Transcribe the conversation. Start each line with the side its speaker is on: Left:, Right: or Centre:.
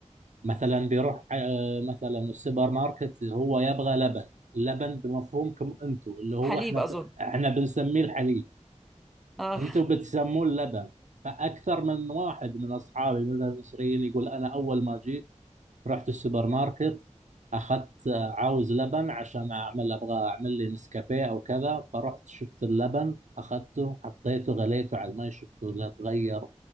Right: مثلا بيروح آه، مثلا السوبر ماركت هو يبغى لبن لبن بمفهومكم انتم اللي هو
Centre: حليب
Right: احنا
Centre: اظن
Right: ب... احنا بنسميه الحليب
Centre: اه
Right: انتم بتسموه اللبن فاكثر من واحد من اصحابي مثلا المصريين يقول انا اول ما جيت رحت السوبر ماركت اخذت آه، عاوز لبن عشان اعمل ابغى اعمل لي نسكافيه او كذا فرحت شفت اللبن اخذته حطيته غليته على المي شفته لا تغير